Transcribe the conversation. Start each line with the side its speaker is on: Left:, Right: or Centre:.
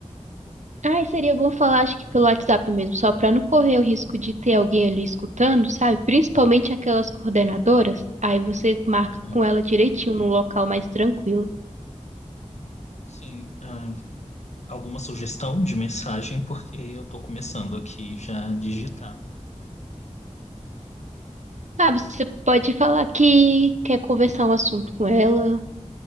Right: Ai, seria bom falar, acho que pelo WhatsApp mesmo, só pra não correr o risco de ter alguém ali escutando, sabe? Principalmente aquelas coordenadoras. Aí você marca
Left: Uhum.
Right: com ela direitinho num local mais tranquilo.
Left: Sim, ah, alguma sugestão de mensagem, porque eu estou começando aqui já a digitar.
Right: Ah, você pode falar que quer conversar um assunto com ela,